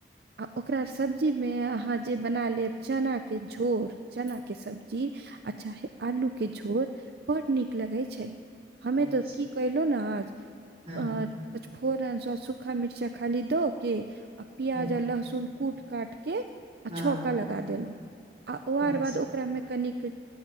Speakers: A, on the right; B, on the right.
A: आ ओकरा सब्जीमे अहाँ जे बना लेब चना केँ झोर। चना केँ सब्जी आ चाहे आलू केँ झोर बड्ड नीक लगै छै। हमे
B: अच्छा
A: तऽ की कैलो नऽ आज
B: हँ
A: अ पछफोरन सँ सुखा मि चा खाली दो केँ आ प्याज
B: हँ
A: आ लहसुन कूट काट केँ आ
B: हँ
A: छौका लगा देलहुँ आ ओ
B: अच्छा
A: आर बाद ओकरामे कनिक